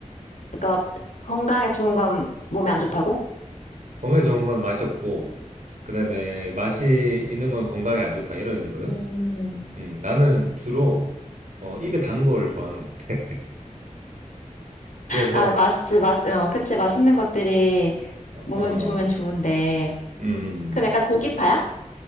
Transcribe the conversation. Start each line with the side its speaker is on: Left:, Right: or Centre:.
Left: 그러니까 건강에 좋은 건 몸에 안 좋다고?
Right: 건강에 좋은 건 맛이 없고, 그 다음에 맛이 있는 건 건강에 안 좋다. 이런 의미거든?
Left: 음,
Right: 음, 나는 주로, 어, 입에 단 걸 좋아하는 것 같아. <laughs> 그래서,
Left: 아, 맛있지, 맛, 어, 그치, 맛있는 것들이
Right: 어,
Left: 몸에도
Right: 음,
Left: 좋으면 좋은데.
Right: 음. 음.
Left: 그럼 약간 고기파야?